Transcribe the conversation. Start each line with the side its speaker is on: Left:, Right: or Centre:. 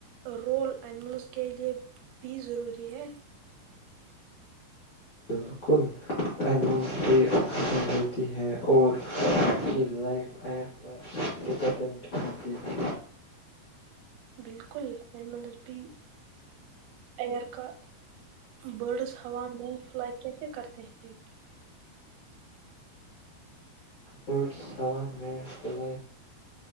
Right: رول اینیملز کے لئے بھی ضروری ہے
Left: بالکل امل دیتی ہیں اور ان کی لائف آئر پر ڈپینڈنٹ ہوتی ہے
Right: بالکل املز بھی ایئر کا برڈس ہوا میں فلائی کیسے کرتے ہیں
Left: برڈز ش میں فل